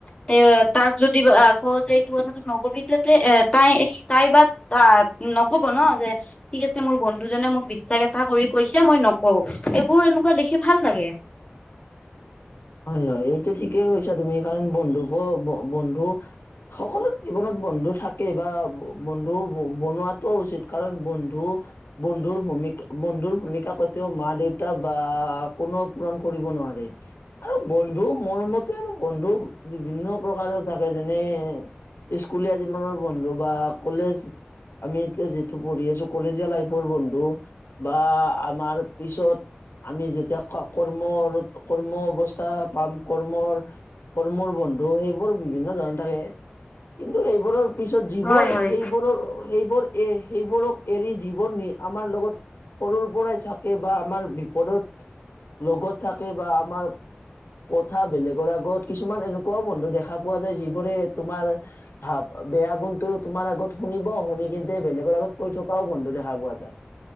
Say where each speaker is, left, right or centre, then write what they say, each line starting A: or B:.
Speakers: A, on the left (about 25°); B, on the left (about 80°).
A: তে তাক যদি কও যে এটো কথা নকবি তাতে এ তাই-তাই বা আহ নকব ন যে ঠিক আছে মোৰ বন্ধুজনে মোক বিশ্বাস এটা কৰি কৈছে মই নকওঁ এইবোৰ এনেকুৱা দেখি ভাল লাগে।
B: হয়-হয় এইটো ঠিকেই কৈছা তুমি কাৰণ বন্ধুক-বন্ধু সকলোৰ জীৱনত বন্ধু থাকে বা বন্ধু বনোৱাতটো উচিত, কাৰণ বন্ধু বন্ধুৰ ভূমিকা-বন্ধুৰ ভূমিকা কেতিও মা দেউতা বা কোনোও পূৰণ কৰিব নোৱাৰে আৰু বন্ধু মৰমত এতিয়া আৰু বন্ধু বিভিন্ন প্ৰকাৰৰ থাকে যেনে স্কুলীয়া জীৱনৰ বন্ধু বা কলেজ আমি এতিয়া যিটো পঢ়ি আছো কলেজীয়া লাইফৰ বন্ধু। বা আমাৰ পিছত আমি যেতিয়া কৰ্ম-কৰ্ম অৱস্থা পাম কৰ্মৰ-কৰ্মৰ বন্ধু সেইবোৰ বিভিন্ন ধৰণৰ থাকে। কিন্তু সেইবোৰৰ পিছত যিবোৰ
A: হয় হয়
B: সেইবোৰৰ-সেইবোৰ এ সেইবোৰক এৰি জীৱন নি আমাৰ লগত সৰুৰ পৰাই থাকে বা আমাৰ বিপদত লগত থাকে বা আমাৰ কথা বেলেগৰ আগত কিছুমান এনেকুৱাও বন্ধু দেখা পোৱা যায় যিবোৰে তোমাৰ ভাব বেয়া গুণটো তোমাৰ আগত শুনিব শুনি কিন্তু বেলেগৰ আগত কৈ থকাও বন্ধু দেখা পোৱা যায়।